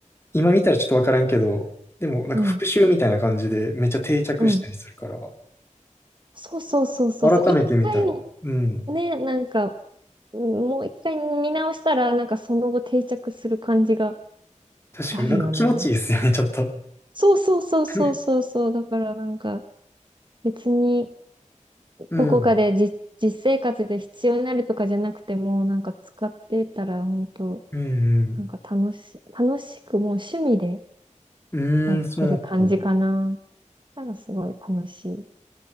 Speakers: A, on the left; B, on the right.
A: 今見たらちょっとわからんけど、でもなんか復習みたいな感じでめっちゃ定着したりするから、
B: うん。うん。そうそうそうそうそう。
A: 改めて見たら、
B: 一回
A: うん。
B: ね、なんかもう一回見直したら、なんかその後定着する感じが
A: 確かになんか気持ちいいですよね、
B: あるよね。
A: <laughs> ちょっと。
B: そうそうそうそうそうそう。
A: <laughs>
B: だからなんか別に
A: うん。
B: どこかでじ実生活で必要になるとかじゃなくても、なんか使ってたら本当
A: うん、
B: なんか楽し、楽しくもう趣味で
A: うん。
B: やってる感じかな。
A: うーん、そうか。
B: だからすごい楽しい。